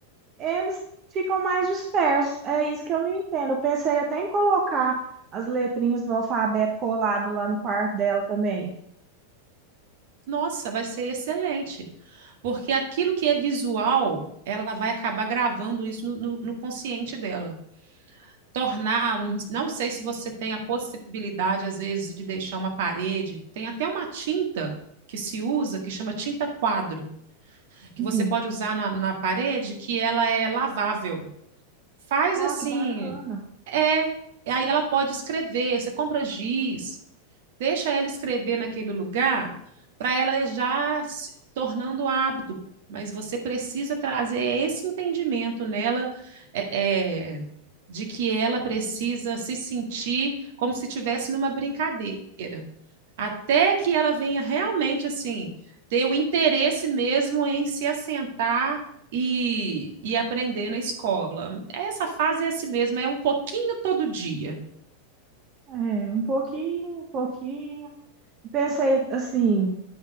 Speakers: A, on the right; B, on the right.
A: eles ficam mais dispersos. É isso que eu não entendo. Eu pensei até em colocar as letrinhas do alfabeto colado lá no quarto dela também.
B: Nossa, vai ser excelente. Porque aquilo que é visual, ela vai acabar gravando isso no, no- no consciente dela. Tornar, um- não sei se você tem a possibilidade, às vezes, de deixar uma parede. Tem até uma tinta que se usa, que chama tinta quadro, que
A: Hum.
B: você pode usar na, na parede, que ela é lavável. Faz
A: Ó,
B: assim,
A: que bacana.
B: é. E aí ela pode escrever, você compra giz, deixa ela escrever naquele lugar para ela já se tornando hábito. Mas você precisa trazer esse entendimento nela, é, é, de que ela precisa se sentir como se estivesse numa brincadeira, até que ela venha realmente assim ter o interesse mesmo em se assentar e, e aprender na escola. Essa fase é assim mesmo, é um pouquinho todo dia.
A: É, um pouquinho, um pouquinho. Pensei assim,